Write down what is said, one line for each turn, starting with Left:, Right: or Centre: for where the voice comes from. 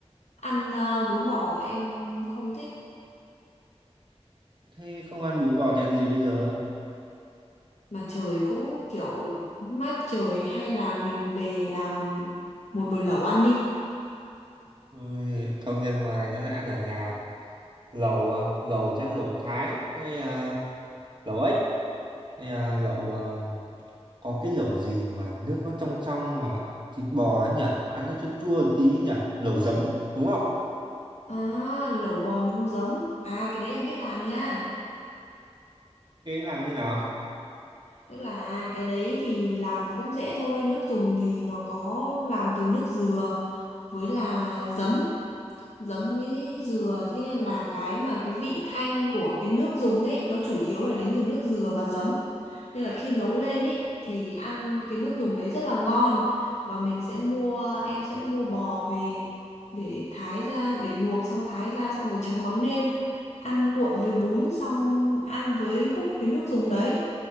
Left: ăn ờ, bún bò em không thích
Right: thế không ăn bún bò thì ăn gì bây giờ
Left: mà trời cũng kiểu mát trời hay là mình về làm một nồi lẩu ăn đi.
Right: Ui, không đi ăn ngoài nữa lại ăn ở nhà lẩu à? lẩu chắc lẩu Thái hay à, lẩu ếch hay à, lẩu à, có cái lẩu gì mà nước nó trong trong mà thịt bò ấy nhỉ mà ăn nó chua chua tí nhỉ lẩu giấm đúng không
Left: À, lẩu bò nhúng giấm. À cái đấy em biết làm nha.
Right: cái ấy làm như nào
Left: Tức là cái đấy thì làm cũng dễ thôi, nước dùng thì nó có làm từ nước dừa với là giấm, giấm với dừa thế nên là cái mà cái vị thanh của cái nước dùng ấy nó chủ yếu là đến từ nước dừa và giấm. Nên là khi nấu lên ấy thì ăn cái nước dùng đấy rất là ngon và mình sẽ mua em sẽ mua bò về để thái ra để luộc xong thái ra xong rồi chấm mắm nêm, ăn cuộn với bún xong ăn với húp cái nước dùng đấy